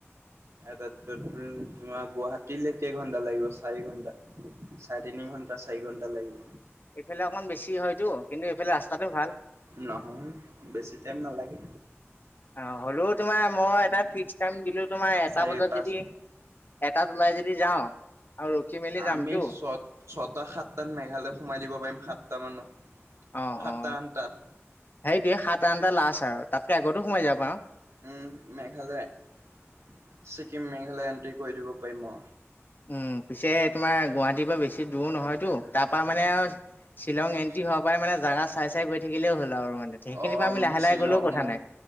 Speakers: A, on the right; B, on the left.
A: তাত তোমাৰ গুৱাহাটীলৈ কেই ঘন্টা লাগিব চাৰি ঘন্টা। চাৰে তিনি ঘণ্টা চাৰি ঘণ্টা লাগিল।
B: এইফালে অকমান বেছি হয়টো কিন্তু এইফালে ৰাস্তা ভাল-
A: নহ বেছি টাইম ন লাগে।
B: অ হ'লেও তোমাৰ মই এটা ফিক্স টাইম দিলো তোমাৰ এটা
A: চাৰি
B: বজাত
A: পাঁচ
B: যদি। এটাত ওলাই যদি যাওঁ। আৰু ৰখি মেলি যামতো
A: আমি ছ ছটা সাতটাত মেঘালয়ত সোমাই দিব পাৰিম সাতটা মানত।
B: অ
A: সাতটা
B: অ
A: আঠটাত
B: হে দ সাত আঠটা লাষ্ট আৰু তাতকে আগতো সোমাই যাবাৰ আৰু-
A: উম মেঘালয় ছিকিম মেঘালয় এন্ট্ৰি কৰি দিব পাৰিম অ
B: উম পিছে তোমাৰ গুৱাহাটীৰ পৰা বেছি দূৰ নহয়তো তাৰ পৰাা মানে আৰু- <unintelligible> শ্বিলং
A: অ',
B: এণ্ট্ৰি হোৱাৰ পৰাই মানে জাগা চাই চাই গৈ থাকিলেও হ'ল আৰু মানে সেইখিনিৰ
A: অ
B: পৰা আমি লাহে
A: শ্বিলং
B: লাহে গ'লেও কথা
A: ম
B: নাই